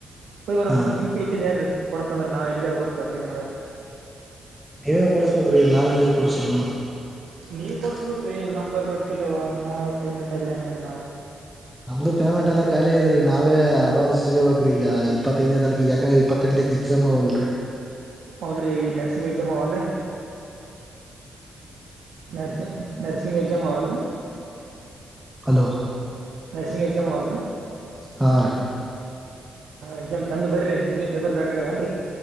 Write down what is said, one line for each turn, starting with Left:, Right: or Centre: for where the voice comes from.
Right: ಹೋಗಿ ಬರಾಮರಿ.
Centre: ಹಾ ರೀ
Right: ಕೈಚಲ್ಯರಿ ಕೊಡಸ್ತಾನ ಅಂದ್ರ ನಾವ ಏಲೀ ಗಾರ ಬರ್ತೀವಿ ಅದರಾಗ ಏನ ಅದ ರಿ.
Centre: ನೀವೇ ಕೊಡ್ಸಬೇಕ್ರೀ ನಾವೆಲ್ಲಿ ಕೊಡ್ಸೋಮ.
Right: ನೀವು ಕೊಡಿಸಬೇಕ್ರಿ ನಂಬಲೀ ರೊಕ್ಕ ಎಲ್ಲಿ ಅವ ಇನ ಪೇಮೆಂಟ್ ಆಗಿಲ ಏನೀಲ್ಲ
Centre: ನಮ್ದು ಪೇಮೆಂಟ್ ಎಲ್ಲ ಕಾಲಿ ಆಗ್ಯಾದರಿ ನಾವೇ ಅಡ್ವಾನ್ಸ್ ಸಿಗಬೇಕ್ರ ಈಗ ಇಪ್ಪತ್ತೈದನೇ ತಾರೀಕಿಗ್ಗೆ ಯಾಕಂದ್ರ ಇಪ್ಪತ್ ಎಂಟಕ. ಎಕ್ಸಮಾವಲ್ರಿ.
Right: ಹೌದ್ ರಿ ನರ್ಸಿಂಗ್ ಎಕ್ಸಾಮ್ ಅವನರಿ. ನರ್ಸಿಂಗ್ ನರ್ಸಿಂಗ್ ಎಕ್ಜಾಮ್ ಅವಲ್ರಿ.
Centre: ಹಲೋ.
Right: ನರ್ಸಿಂಗ್ ಎಕ್ಸಾಮ್ ಅವಲ್ರಿ.
Centre: ಹಾ.
Right: ಎಕ್ಸಾಮ್ ಚಂದ ಬರಿ ನಿಮವು ಪೇಪರ್ ಬ್ಯಾಕಗವೆನ್ರಿ.